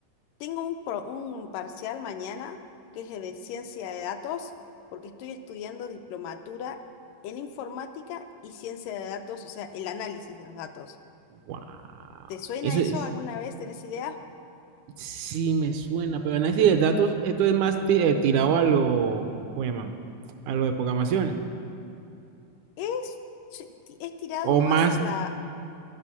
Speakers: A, on the left; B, on the right.
A: Tengo un, pro- un parcial mañana que es de ciencia de datos, porque estoy estudiando diplomatura en informática y ciencia de datos, o sea, el análisis de los datos.
B: Wow,
A: ¿Te suena
B: eso
A: eso
B: es,
A: alguna vez? ¿Tenés idea?
B: sí me suena, pero análisis de datos, esto es más ti- eh, tirado a lo, ¿cómo llaman? A lo de programación,
A: Es, es tirado
B: o
A: más
B: más,
A: a la